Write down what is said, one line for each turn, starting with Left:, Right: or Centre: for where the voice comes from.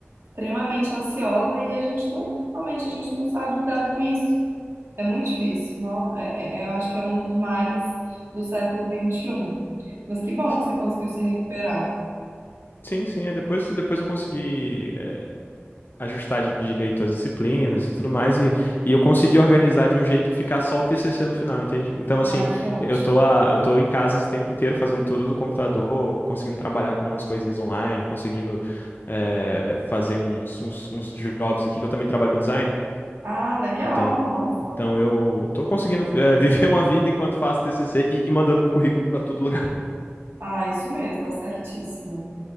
Right: extremamente ansiosa e a gente não, realmente a gente não sabe lidar com isso. É muito difícil, não? É- é- é, eu acho que é um dos males do século XXI. Mas que bom
Left: S-
Right: que você conseguiu se recuperar.
Left: Sim, sim, é depois, depois eu consegui é, ajustar de- direito as disciplinas e tudo mais, e, e eu consegui organizar de um jeito que ficar só o TCC no final, entende? Então,
Right: Ai,
Left: assim,
Right: que ótimo.
Left: eu tô, a- eu tô em casa esse tempo inteiro fazendo tudo do computador, conseguindo trabalhar com umas coisinhas online, conseguindo é, fazer uns, uns, uns jobs aqui, que eu também trabalho com design,
Right: Ah, legal,
Left: Então,
Right: nossa.
Left: então eu tô conseguindo é, <laughs> viver uma vida enquanto faço TCC e mandando currículo pra todo lugar.
Right: Ah, isso mesmo, tá certíssimo.